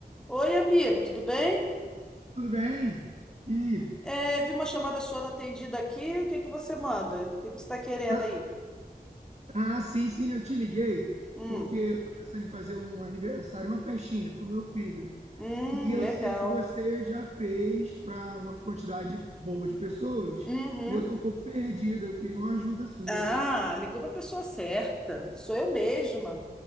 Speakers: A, in the centre; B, on the right.
A: Oi, amigo, tudo bem?
B: Tudo bem? E aí?
A: É, vi uma chamada sua não atendida aqui. O que que você manda? O que que você está querendo
B: Ah,
A: aí?
B: ah, sim, sim, eu te liguei,
A: Hum,
B: porque eu tô pensando em fazer um aniversário, uma festinha para o meu filho.
A: hum,
B: E eu
A: legal.
B: sei que você já fez para uma quantidade boa de pessoas,
A: Uhum.
B: e eu tô um pouco perdida, eu queria uma ajuda sua.
A: Ah, ligou para a pessoa certa. Sou eu mesma.